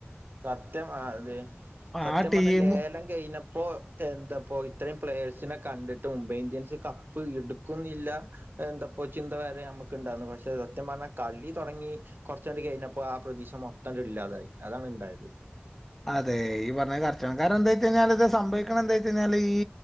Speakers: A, on the right; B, in the centre.
A: സത്യം ആ അതെ സത്യം
B: ആ ടീം
A: പറഞ്ഞ ലേലം കഴിഞ്ഞ പ്പോ എന്താപ്പോ ഇത്രയും പ്ലേയേഴ്സിനെ കണ്ടിട്ട് മുംബൈ ഇന്ത്യൻസ് കപ്പ് എടുക്കുന്നില്ല എന്താപ്പോ ചിന്ത വരെ യമ്മക്ക്ണ്ടാന്ന് പക്ഷെ സത്യം പറഞ്ഞാ കളി തൊടങ്ങി കൊറച്ചങ്ങട് കഴിഞ്ഞപ്പോ ആ പ്രതീ മൊത്തങ്ങട്ല്ലാതായി അതാണിണ്ടായത്.
B: അതെ ഈ പറഞ്ഞ കറക്റ്റാണ് കാരണം എന്താച്ച്കഴിഞ്ഞല് ഇത് സംഭവിക്കണ ന്താച്ച് കിഞ്ഞാല് ഈ